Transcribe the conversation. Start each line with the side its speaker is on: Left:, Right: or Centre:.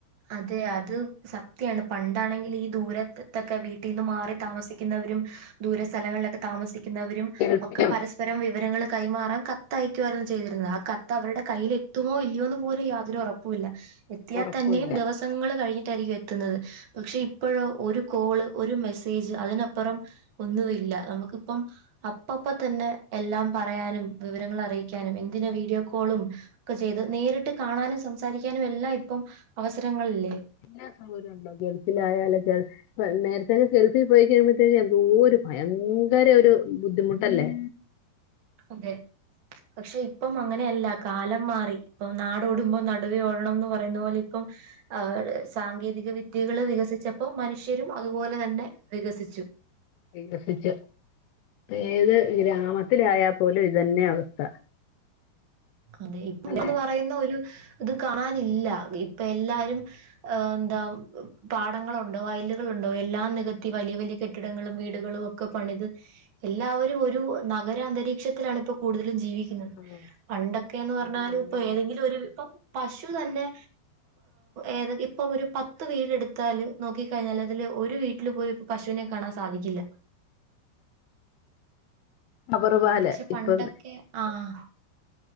Right: അതെ അത് സത്യാണ് പണ്ടാണെങ്കില് ഈ ദൂരത്ത്ത്തെക്കെ വീട്ടീന്ന് മാറി താമസിക്കുന്നവരും ദൂര സ്ഥലങ്ങളിലൊക്കെ താമസി ക്കുന്നവരും
Left: ഗൾഫിലും
Right: ഒക്കെ പരസ്പരം വിവരങ്ങള് കൈമാറാൻ കത്തയക്കുവാരുന്നു ചെയ്തിര്ന്നേ ആഹ് ക കത്തവരുടെ കയ്യിൽ എത്തുമോ ഇല്ല്യോന്ന് പോലും യാതൊരൊറപ്പൂല്ല എത്തിയാ
Left: ഉറക്കവും
Right: തന്നേം
Left: ഇല്ല
Right: ദിവസങ്ങള് കഴിഞ്ഞിട്ടായിരിക്കും എത്ത്ന്നത് പക്ഷെ ഇപ്പോഴോ ഒരു കോള് ഒര് മെസ്സേജ് അതിനപ്പറം ഒന്നുവില്ല നമക്ക് ഇപ്പം അപ്പപ്പം തന്നെ എല്ലാം പറയാനും വിവരങ്ങൾ അറിയിക്കാനും എന്തിന് വീഡിയോ കോളും ഒക്കെ ചെയ്ത് നേരിട്ട് കാണാനും സംസാരിക്കാനും എല്ലാം ഇപ്പം അവസരങ്ങളില്ലേ
Left: എല്ലാ സൗകര്യോണ്ടോ ഗൾഫിലായാലൊക്കെ നേരത്തേക്കെ ഗെൽഫിൽ പോയി കഴിയുമ്പോഴത്തേക്കും എന്തോ ഒരു ഭയങ്കര ഒര് ബുദ്ധിമുട്ടല്ലേ
Right: അതെ പക്ഷെ ഇപ്പം അങ്ങനെയല്ല കാലം മാറി, ഇപ്പൊ നാടോടുമ്പോ നടുവേ ഓടണംന്ന് പറയുന്ന പോലെ ഇപ്പം ആ ഒര് സാങ്കേതിക വിദ്യ വിദ്യകള് വികസിച്ചപ്പോ മനുഷ്യരും അതുപോലെ തന്നെ വികസിച്ചു.
Left: വികസിച്ചു ഏത് ഗ്രാമത്തിലായാ പോലും ഇതെന്നെ അവസ്ഥ
Right: അതെ ഇപ്പന്ന്
Left: അല്ലെ
Right: പറയുന്ന ഒരു ഇത് കാണാനില്ല ഇപ്പൊ എല്ലാരും ആഹ് എന്താ പാടങ്ങളുണ്ടോ വയലുകളുണ്ടോ എല്ലാം നികത്തി വലിയ വലിയ കെട്ടിടങ്ങളും വീടുകളും ഒക്കെ പണിത് എല്ലാവരും ഒരു നഗരാന്തരീക്ഷത്തിലാണ് ഇപ്പോ കൂടുതലും ജീവി
Left: ആഹ്
Right: പണ്ടൊക്കെന്ന് പറഞ്ഞാല്
Left: അത് തന്നെ
Right: ഇപ്പൊ ഏതെങ്കിലും ഒരു ഇപ്പൊ പശു തന്നെ ഏതെ ഇപ്പൊ ഒരു പത്ത് വീട് എടുത്താൽ നോക്കിക്കഴിഞ്ഞാൽ അതില് ഒരു വീട്ടില് പോയി പശുവിനെ കാണാൻ സാധിക്കില്ല
Left: കവറുപാല്
Right: പക്ഷെ പണ്ടൊക്കെ
Left: ഇപ്പം
Right: ആഹ്